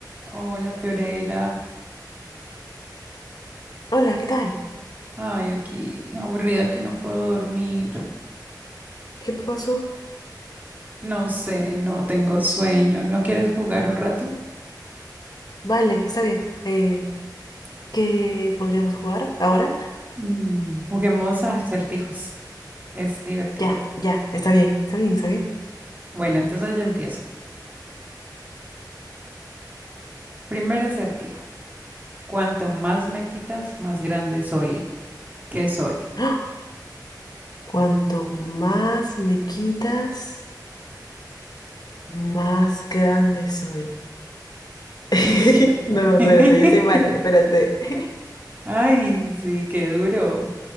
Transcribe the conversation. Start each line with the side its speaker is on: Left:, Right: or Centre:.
Right: Hola, Fiorella.
Left: Hola, ¿qué tal?
Right: Ay, aquí aburrida que no puedo dormir.
Left: ¿Qué pasó?
Right: No sé, no tengo sueño. ¿No quieres jugar un rato?
Left: Vale, está bien. Eh, ¿qué podríamos jugar ahora?
Right: Mm, Juguemos a acertijos. Es divertido.
Left: Ya, ya, está bien, está bien, está bien.
Right: Bueno, entonces yo empiezo. Primer acertijo. Cuanto más me quitas, más grande soy. ¿Qué soy?
Left: ¡Ah! Cuanto más me quitas, más grande soy. <laughs>
Right: ¿Qué soy?
Left: No,
Right: <laughs>
Left: espérate, yo soy mala, espérate. <laughs>
Right: Ay, sí, qué duro.